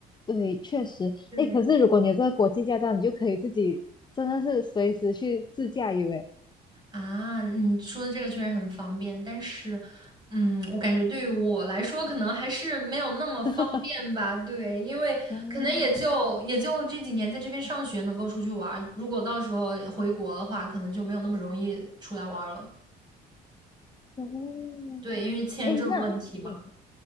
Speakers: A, on the left; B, on the right.
A: 对，确实。
B: 对，
A: 诶，可是如果你有这个国际驾照，你就可以自己真的是随时去自驾游，诶。
B: 啊，你说的这个确实很方便，但是，嗯，我感觉对于我来说，可能还是没有那么方便吧。
A: <laughs>
B: 对，因为可能也就也就这几年在这边上学能够出去玩儿如果到时候回国的话，
A: 哦，
B: 可能就没有那么容易出来玩儿了。
A: 哦，
B: 对，因为签证问题嘛。
A: 诶，那你